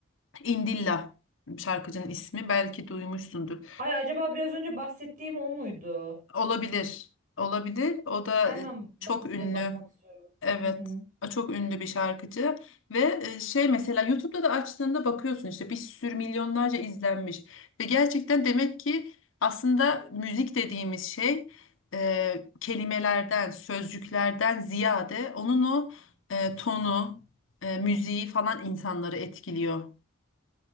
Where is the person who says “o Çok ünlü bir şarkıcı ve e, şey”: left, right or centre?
Left